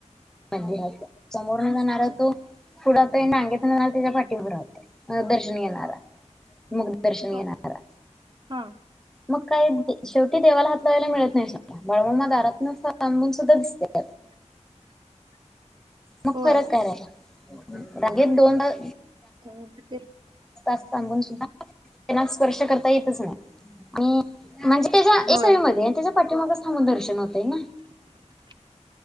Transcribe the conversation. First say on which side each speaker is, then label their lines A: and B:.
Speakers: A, in the centre; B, on the right.
A: मंदिरात समोर न जाणार तो पुढ त नाग्याेत जाणार त्याच्या पाठीबरा होते दर्शन घणारा मग दर्शन
B: बर
A: येणारा
B: हा
A: मग काही शेवटी देवाला हात लावायला मिळत नाही सु बाळवमा दारातम ांबून सुद्धा दिसते
B: <unintelligible>
A: मग
B: होय
A: फरक करायलाग दोनदा
B: त ते
A: सांगून सुद्धाना स्पर्श करता येतच नाही आणि म्हणजे त्याच्या
B: होय
A: एक सवी मध्ये त्याच्या पाठीमागच थांबून दर्शन होतय ना
B: <unintelligible>